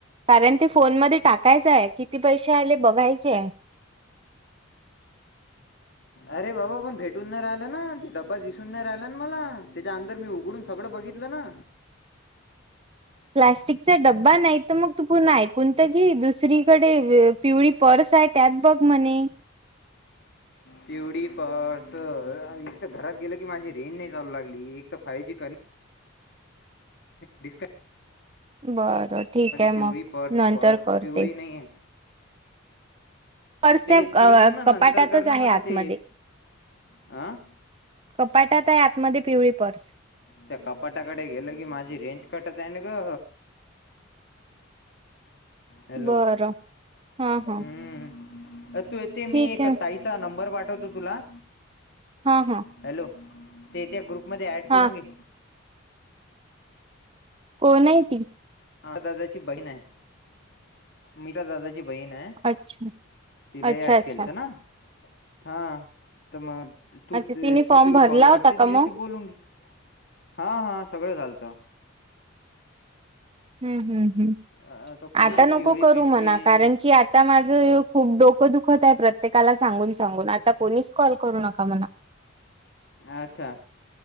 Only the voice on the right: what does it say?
कारण ते फोन म टाकायचंय किती पैसे आले बघायचे
प्लास्टिकचा डब्बा नाही तर मग तू पुर्ण ऐकून तर घी दुसरीकडे पिवळी पर्स आहे त्यात बघ म्हणे
बरं ठीक आहे
मग
नंतर
करते
पर्स
त्या
कपाटातच
आहे
आतमध्ये
कपाटात आहे आतमध्ये पिवळी पर्स
बरं हा हा
ठीक
आहे
हा हा
हा
हो नाही त
अच्छा
अच्छा
अच्छा
अच्छा
तिने फॉर्म
भरला
होता
का
मग?
हम्म हम् हम्
आटा नको
करू
म्हणा
कारण
की आ आता माझं खूप डोकं दुखत आहे प्रत्येकाला सांगून सांगून आता कोणीच कॉल करू नका म्हणा